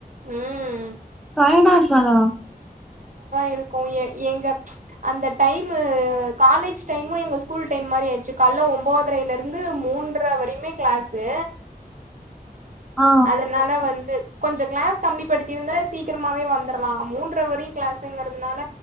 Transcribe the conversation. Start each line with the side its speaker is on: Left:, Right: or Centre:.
Right: ம்
Centre: டயர்டா குராங்கலா
Right: இருக்கு எ எங்க அந்த டைமு காலேஜ் டைமு எங்க ஸ்கூல் டைம் மாரி ஆயிடுச்சு கால்ல ஒம்போதரைல இருந்து மூன்றர வரையுமே கிளாசு
Centre: ஆ
Right: அதனால வந்து கொஞ்ச கிளாஸ் கம்மி படுத்தி இருந்தா சீக் சீக்கிரமாவே வந்தறலா மூன்ற வரையு கிளாசுங்கிறதுனால